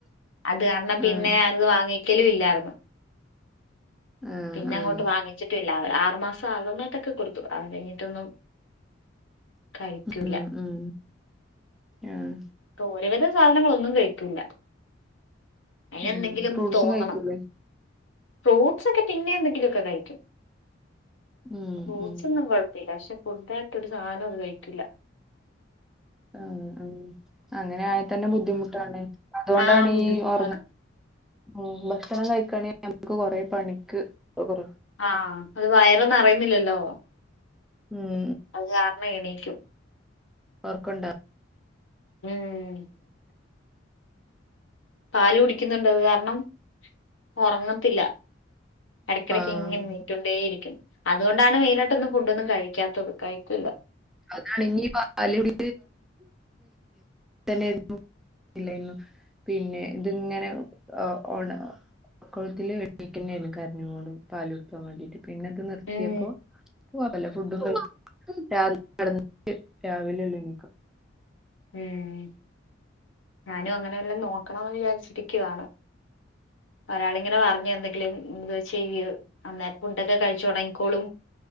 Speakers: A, on the left; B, in the centre.
A: അത് കാരണം പിന്നെ
B: ആഹ്
A: ഞാനത് വാങ്ങിക്കലും ഇല്ലാർന്ന്
B: ആഹ്
A: പിന്നെ
B: ആഹ്
A: അങ്ങോട്ട് വാങ്ങിച്ചിട്ട്ല്ല ആറ് മാസം ആക്ന്നത്തൊക്കെ കൊട് അത കയ്ഞ്ഞിട്ടൊന്നും കഴിക്കൂല്ല
B: ഉം ഉം ആഹ്
A: ഒര് വിധം സാധനങ്ങളൊന്നും കഴിക്കൂല്ല അയിനെന്തെങ്കിലും
B: ഉം ഫ്രൂട്ട്സും
A: തോന്നണം
B: കഴിക്കൂലേ
A: ഫ്രൂട്ടസൊക്കെ പിന്നെന്തെങ്കിലൊക്കെ കഴിക്കും
B: ഉം
A: ഫ്രൂട്ടസൊന്നും
B: ഉം
A: കൊഴപ്പില്ല ക്ഷെ റ്റൊരു സാനത് കഴിക്കൂല
B: ഉം ഉം അങ്ങനെ ആയാ തന്നെ ബുദ്ധിമുട്ടാണ് അതോണ്ടാണീ
A: ആ ബുദ്ധിമുട്ടാണ്
B: ഒർ മ് ഭക്ഷണം കഴിക്കയാണെ നമക്ക് കൊറെ പണിക്ക് കൊറ
A: ആ ത് വയറ് ന്നറയ്ന്നില്ലല്ലോ
B: ഉം
A: അത് കാരണ എണീക്കും
B: ഒർക്കണ്ടൊ
A: ഉം പാല് കുടിക്കുന്ന്ണ്ട് അത് കാരണം ഒറങ്ങത്തില്ല എടക്കെടക്ക്‌ങ്ങനെ
B: ആഹ്
A: നീറ്റൊണ്ടേയിരിക്കും അതോണ്ടാണ് മെയിനായിട്ടൊന്ന് ഫുഡൊന്നും കഴി ക്കാത്തത് കഴിക്കുല്ല
B: അതാണ് ഇനിപാൽ കുടി തന്നെരുന്നു ഇല്ലേന്നു പിന്നെ ത്ങ്ങനെ ഒ ഓണ കൊൾത്തില് വെക്കണ്ടായിരുന്നു കരഞ്ഞോട് പാലുട്ക്കാൻ വേണ്ടിട്ട് പിന്നെ അത് നിർത്തിയപ്പോ
A: ഉം
B: പോവാണ്ടല്ലോ ഫുഡും കാര്യ നടന്ന് രാവിലെ ഉള്ളു എണിക്കാ
A: ഉം ഞാനും അങ്ങനെല്ലാം നോക്കണംന്ന് വിചാരിച്ചിരിക്കുവാണ് ഒരാളിങ്ങനെ പറഞ്ഞു എന്തെ ഇത് ചെയ്യൂ അന്നേരം ഫുഡോക്കെ കഴിച്ചു തുടങ്ങിക്കോളു